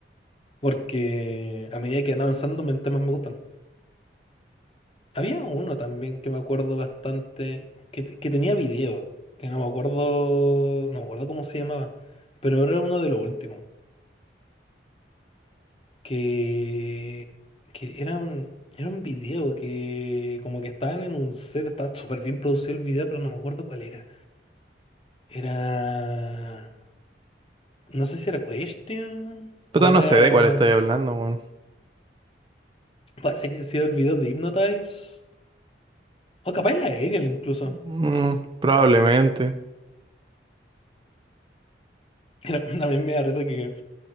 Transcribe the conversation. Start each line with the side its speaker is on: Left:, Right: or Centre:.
Left: Porque a medida que van avanzando, me- temas me gustan. Había uno también que me acuerdo bastante, que, te- que tenía video, que no me acuerdo, no me acuerdo cómo se llamaba, pero era uno de los últimos. que, que era un, era un video que como que estaban en un set, estaba súper bien producido el video, pero no me acuerdo cuál era. Era, no sé si era Question
Right: Puta,
Left: o era,
Right: no sé de cuál estoy hablando, weón.
Left: parece que ha sido el video de Hypnotize o capaz la Aerial incluso.
Right: Mm, probablemente.
Left: Era, <laughs> también me parece que